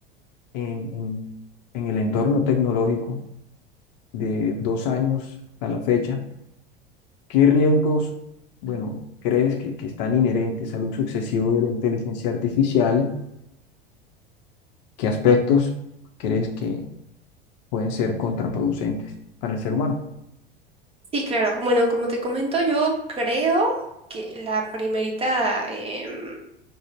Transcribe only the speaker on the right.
Sí, claro. Bueno, como te comento, yo creo que la primerita, em,